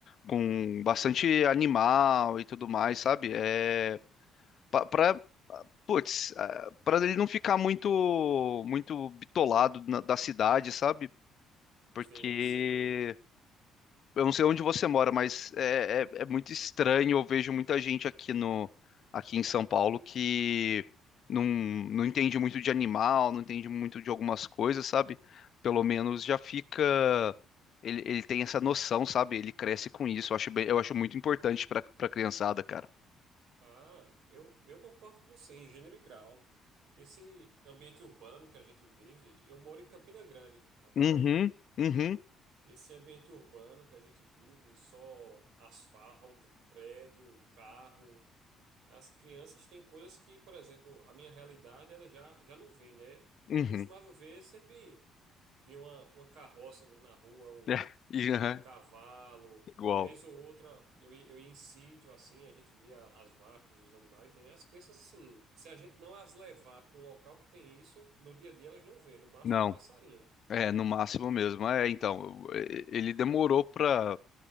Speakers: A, on the left; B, on the right.
A: com bastante animal e tudo mais, sabe? É, para Putz, para ele não ficar muito muito bitolado na- da cidade, sabe? Porque
B: sei, sei.
A: eu não sei onde você mora, mas é, é, é muito estranho. Eu vejo muita gente aqui no aqui em São Paulo que não, não entende muito de animal, não entende muito de algumas coisas, sabe? Pelo menos já fica ele, ele tem essa noção, sabe? Ele cresce com isso. Eu acho bem- eu acho muito importante para para criançada, cara.
B: Ah, eu, eu concordo com você, em gênero e grau. Esse ambiente urbano que a gente vive, eu moro em Campina Grande, na Paraíba.
A: Uhum, uhum,
B: Esse ambiente urbano que a gente vive, só asfalto, prédio, carro. As crianças têm coisas que, por exemplo, a minha realidade ela já, já não vê, né?
A: uhum.
B: Eu costumava
A: <laughs>
B: ver, sempre via uma, uma carroça andando na rua, um,
A: É, e, aham,
B: um cavalo,
A: igual.
B: vez ou outra eu, ia- eu ia em sítio assim, a gente via as vacas, os animais, né? As crianças, assim, se a gente não as levar para um local que tem isso, no dia a dia elas não vê, no máximo
A: Não,
B: um passarinho.
A: é no máximo mesmo. É, então, eu- e- ele demorou pra,